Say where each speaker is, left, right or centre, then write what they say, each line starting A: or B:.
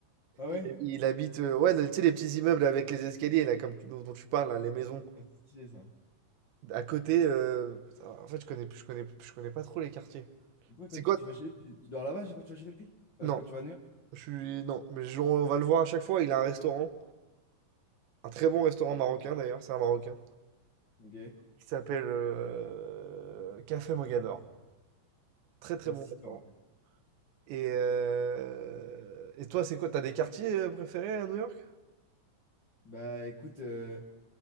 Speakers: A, on the left; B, on the right.
A: Ah ouais?
B: Il, il habite, euh, ouais, tu sais, les petits immeubles avec les escaliers là, comme, dont, dont tu parles là, les maisons.
A: Ouais, C'est stylé ça.
B: À côté, euh, en fait, je connais, je connais, je connais pas trop les quartiers.
A: Pourquoi
B: C'est
A: quand
B: quoi?
A: tu vas chez lui, tu, tu dors là-bas quand tu vas chez lui? Euh,
B: Non,
A: quand tu vas à New York?
B: je suis, non, mais je- on va le voir à chaque fois. Il a un restaurant, un très bon restaurant marocain d'ailleurs, c'est un marocain,
A: Ok.
B: qui s'appelle euh, Café Mogador. Très très
A: Putain,
B: bon
A: si,
B: restaurant.
A: en vrai.
B: Et, euh, et toi, c'est quoi? T'as des quartiers euh, préférés à New York?
A: Bah écoute, euh,